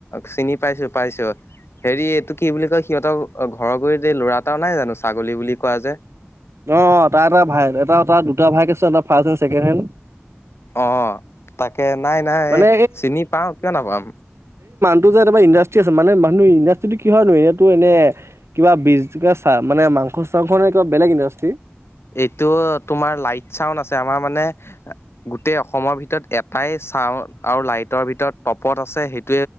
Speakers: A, on the left; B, on the right.
A: চিনি পাইছো পাইছো। হেৰি এইটো কি বুলি কয় সিহঁতক ঘৰৰ গৈ যে ল'ৰা এটাও নাই জানো ছাগলী বুলি কোৱা যে।
B: অ তাৰ এটা ভাই এটা অ দুটা ভাইক আছে এটা ফাৰ্ষ্ট হেণ্ড ছেকেণ্ড হেণ্ড।
A: অ তাকে নাই নাই
B: মানে
A: এই চিনি পাওঁ কিয় নাপাম।
B: টো যে তাৰ ইণ্ডাষ্ট্ৰি আছে মানে মানুহ ইণ্ডাষ্ট্ৰিটো কি হয় নো এইয়াটো এনে কিবা বিজনেজ চা মানে <unintelligible> নে কিবা বেলেগ ইণ্ডাষ্ট্ৰী
A: এইটো তোমাৰ লাইট চাউণ্ড আছে আমাৰ মানে গোটেই অসমৰ ভিতৰত এটাই চাউ আৰু লাইটৰ ভিতৰত টপত আছে সেই-